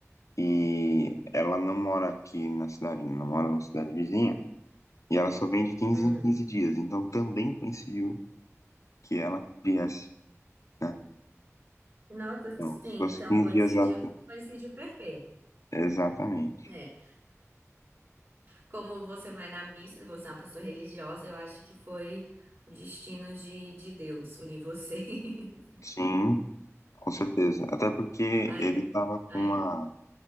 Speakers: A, on the left (about 75°); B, on the right (about 50°).
A: E ela não mora aqui na cidade, ela mora na cidade vizinha. E ela só vem de quinze
B: Hum.
A: em 15 dias. Então também coincidiu que ela viesse, né?
B: Nossa,
A: Então,
B: sim,
A: se fosse
B: então
A: 15
B: coincidiu,
A: dias, exa-
B: coincidiu perfeito.
A: exatamente.
B: É, como você vai na missa, você é uma pessoa religiosa, eu acho que foi o destino de, de Deus unir você. <laughs>
A: Sim, com certeza. Até porque
B: Ainda.
A: ele tava com
B: Ai,
A: uma,